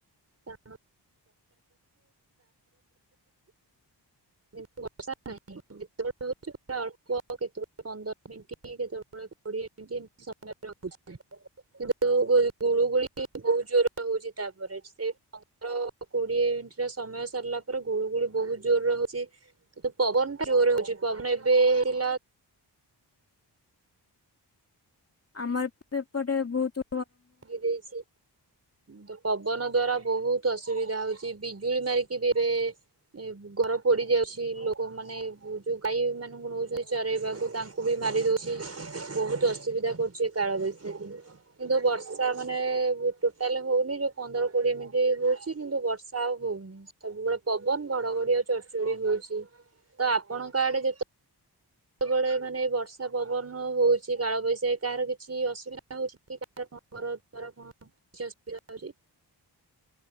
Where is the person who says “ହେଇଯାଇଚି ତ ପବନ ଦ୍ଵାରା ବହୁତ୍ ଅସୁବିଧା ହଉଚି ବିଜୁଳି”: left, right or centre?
Right